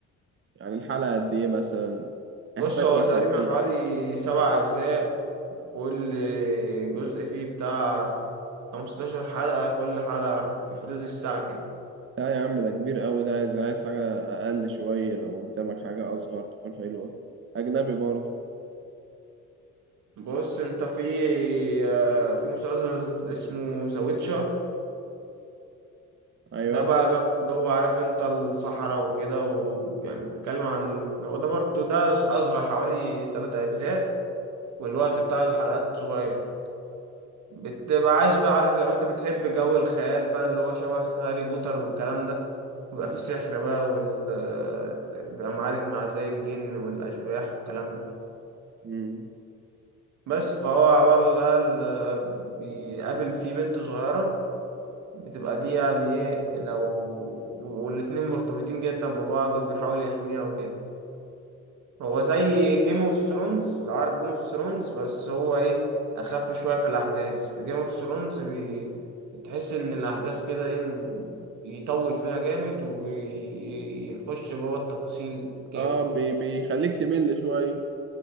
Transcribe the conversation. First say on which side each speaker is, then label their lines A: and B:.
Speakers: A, on the right; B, on the right.
A: يعني الحلقة قد ايه مثلا
B: بص
A: يحتاج
B: هو
A: وقت
B: تقريبا
A: قد ايه
B: حوالي سبع أجزاء كل جزء فيه بتاع خمستاشر حلقة كل حلقة في حدود الساعة كده
A: لا يا عم ده كبير قوي ده عايز عايز حاجة أقل شوية لو قدامك حاجة أصغر تكون حلوة أجنبي برضه
B: بص انت في آه، في مسلسل اسمه ذا ويتشر
A: أيوه
B: ده بقى جو اللي هو عارف انت الصحراء وكده ويعني بيتكلم عن هو ده برضه ده أصغر حوالي تلات أجزاء والوقت بتاع الحلقات صغير بتبقى عايش بقى عارف لو انت بتحب جو الخيال بقى اللي هو شبه هاري بوتر والكلام ده يبقى فيه سحر بقى وال آه، بيبقى معارك مع زي الجن والأشباح والكلام ده
A: مم.
B: بس فهو برضه ده ال- بيقابل فيه بنت صغيرة بتبقى دي يعني ايه لو والاتنين مرتبطين جدا ببعض وبيحاول يحميها وكده هو زي جيم اوف ثرونز لو عارف جيم اوف ثرونز بس هو ايه اخف شويه في الاحداث في جيم اوف ثرونز بي... تحس ان الاحداث كده ايه م- يطول فيها جامد ويخش جوه التفاصيل جامد
A: اه بي بيخليك تمل شوية